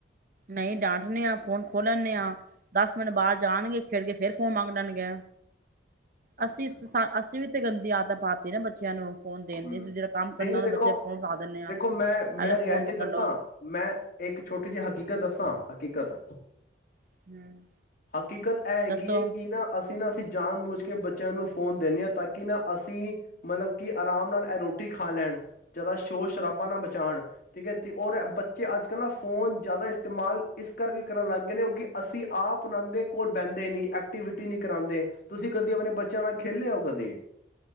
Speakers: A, on the right; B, on the left.
A: ਨਹੀਂ ਡਾਂਟਦੇ ਆ ਫੋਨ ਖੋਲ ਲੈਂਦੇ ਆਾਂ ਦਸ ਮਿੰਟ ਬਾਹਰ ਜਾਣਗੇ ਖੇਡ ਕੇ ਫੇਰ ਫੋਨ ਮੰਗ ਲੈਣਗੇ ਅਸੀਂ
B: ਅੱਛਾ
A: ਅਸੀਂ ਵੀ ਇੱਥੇ ਗੰਦੀ ਆਦਤ ਪਾਤੀ ਨਾ ਬੱਚਿਆਂ ਨੂੰ ਫੋਨ ਦੇਣ
B: ਹਮ
A: ਦਿੰਦੇ ਅਸੀਂ
B: ਨਹੀਂ
A: ਜਿਹੜਾ ਕੰਮ ਕਰਨਾ
B: ਨਹੀਂ
A: ਉਹਨੂੰ
B: ਦੇਖੋ
A: ਬੱਚੇ ਫੋਨ ਫੜਾ ਦਿੰਦੇ ਹਾਂ
B: ਦੇਖੋ ਮੈਂ
A: ਆ
B: ਮੈਂ
A: ਲਓ
B: ਰਿਐਲਿਟੀ
A: ਫੋਨ ਪਕੜ
B: ਦੱਸਾਂ
A: ਲਓ
B: ਮੈਂ ਇੱਕ ਛੋਟੀ ਜਿਹੀ ਹਕੀਕਤ ਹਕੀਕਤ
A: ਹੂੰ
B: ਹਕੀਕਤ ਇਹ ਹੈਗੀ
A: ਦੱਸੋ
B: ਹੈ ਕਿ ਨਾ ਅਸੀਂ ਨਾ ਅਸੀਂ ਜਾਣ ਮੁਜ ਕਿ ਬੱਚਿਆਂ ਨੂੰ ਫੋਨ ਦਿੰਦੇ ਹਾਂ ਤਾਂ ਕਿ ਨਾ ਅਸੀਂ ਮਤਲਬ ਕਿ ਆਰਾਮ ਨਾਲ ਇਹ ਰੋਟੀ ਖਾ ਲੈਣ ਜਿਆਦਾ ਸ਼ੋਰ ਸ਼ਰਾਬਾ ਨਾਲ ਮਚਾਉਣ ਠੀਕ ਹੈ ਤੇ ਔਰ ਬੱਚੇ ਅੱਜ ਕੱਲ੍ਹ ਨਾ ਫੋਨ ਜ਼ਿਆਦਾ ਇਸਤੇਮਾਲ ਇਸ ਕਰਕੇ ਕਰਨ ਲੱਗ ਗਏ ਨੇ ਕਿਉਕਿ ਅਸੀਂ ਆਪ ਉਹਨਾਂ ਦੇ ਕੋਲ ਬਹਿੰਦੇ ਨਹੀਂ ਐਕਟੀਵਿਟੀ ਨਹੀਂ ਕਰਾਂਦੇ ਤੁਸੀਂ ਕਦੇ ਆਪਣੇ ਬੱਚਿਆਂ ਨਾਲ ਖੇਲੇ ਹੋ ਕਦੀ